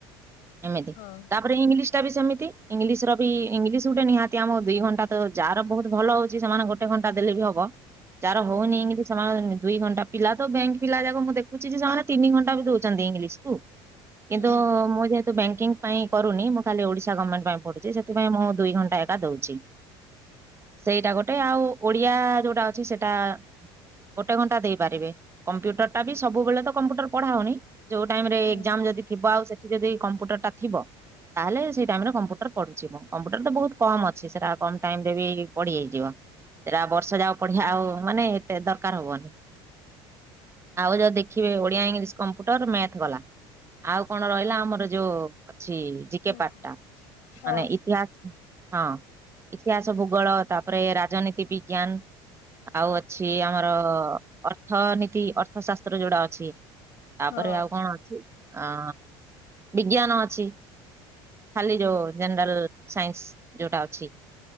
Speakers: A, on the right; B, on the left.
A: ଏମିତି
B: ହଁ
A: ତାପରେ ଇଂଲିଶ ଟା ବି ସେମିତି ଇଂଲିଶ ର ବି ଇଂଲିଶ ଗୋଟେ ନିହାତି ଆମ ଦୁଇ ଘଣ୍ଟା ତ ଯାହାର ର ବହୁତ ଭଲ ହଉଛି ସେମାନେ ଗଟେ ଟେ ଘଣ୍ଟା ଦେଲେ ବି ହବ ଯାହାର
B: ହୁଁ
A: ହଉନି କିତି ସେ ଦୁଇ ଘଣ୍ଟା ପିଲା ତ ବ୍ୟାଙ୍କ ପିଲା ଯାକ ମୁଁ ଦେଖ ଛି ଯେ ସେମାନେ ତିନି ଘଣ୍ଟା ବି ଦଉଛନ୍ତି ଇଂଲିଶ କୁ
B: ହୁଁ
A: କିନ୍ତୁ ମୁଁ ତୁ ବ୍ୟାଙ୍କିଙ୍ଗ ପାଇଁ କରୁନି ମୁଁ ଖାଲି ଓଡ଼ିଶା ଗମେଣ୍ଟ ପାଇଁ ପଢୁଛି ସେଥିପାଇଁ ଦୁଇ ଘଣ୍ଟା ଏକା ଦଉଛି। ସେଇଟା ଗୋଟେ ଆଉ ଓଡିଆ ଯୋଉଟା ଅଛି ସେଟା ଗୋଟେ ଘଣ୍ଟା ଦେଇପାରିବେ କମ୍ପ୍ୟୁଟର ଟା ବି ସବୁବେଳେ ତ କମ୍ପ୍ୟୁଟର ପଢା ହଉନି ଯୋଉ ଟାଇମ ରେ
B: ହୁଁ
A: ଏକ୍ଜାମ ଯଦ ଥିବ ଆଉ ସେ ଯଦି କମ୍ପ୍ୟୁଟର ଟା ଥିବ ତାହଲେ ସେଇ ଟାଇମ ରେ କମ୍ପ୍ୟୁଟର ପଢୁଛି ମୁଁ କମ୍ପ୍ୟୁଟର ତ ବହୁତ କମ ଅଛି ସେଟା କମ୍ ଟାଇମ୍ରରେ ବି ପଢ଼ି ହେଇଯିବ ସେଇଟା ବର୍ଷ ଯାକ ପଢ଼ିିବା ଆଉ ମାନେ ଏତେ ଦରକାର ହେବନି। ଆଉ ଯଉ ଦେଖିବେ ଓଡିଆ ଇଂଲିଶ କମ୍ପ୍ୟୁଟର ମ୍ୟାଥ ଗଲା ଆଉ କଣ ରହିଲା ଆମର ଯୋଉ ଅଛି ଜିିକପାଟଟା
B: ହୁଁ ହଁ
A: ମାନେ ଇତିହାସ ହଁ ଇତିହାସ ଭୂଗୋଳ ତାପରେ ରାଜନୀତି ବିଜ୍ଞାନ ଆଉ ଅଛି ଆମର ଅର୍ଥନୀତି ଅର୍ଥ ଶାସ୍ତ୍ର ଯୋଉଡା ଅଛି ତାପରେ
B: ହଁ
A: ଆଉ କଣ ଅଛି? ଅ ବିଜ୍ଞାନ ଅଛି। ଖାଲି ଯୋଉ ଜେନେରାଲ ସାଇନ୍ସ ଯୋଉଟା ଅଛି।